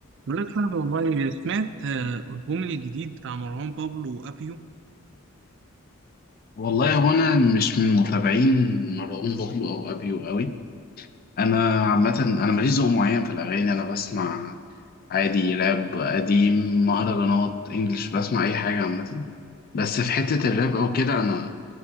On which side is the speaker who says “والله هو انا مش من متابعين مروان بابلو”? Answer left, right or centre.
Left